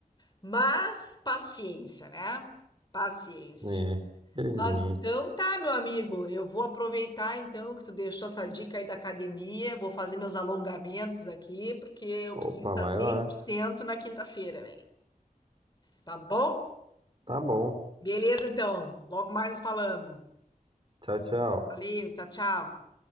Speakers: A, on the left; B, on the right.
A: Mas paciência, né? Paciência.
B: É, felizmente.
A: Mas então tá, meu amigo, eu vou aproveitar então que tu deixou essa dica aí da academia, vou fazer meus alongamentos aqui, porque eu
B: Opa,
A: preciso estar
B: vai
A: cem
B: lá.
A: por cento na quinta-feira, velho. Tá bom?
B: Tá bom.
A: Beleza, então. Logo mais nos falamos.
B: Tchau, tchau.
A: Valeu, tchau, tchau.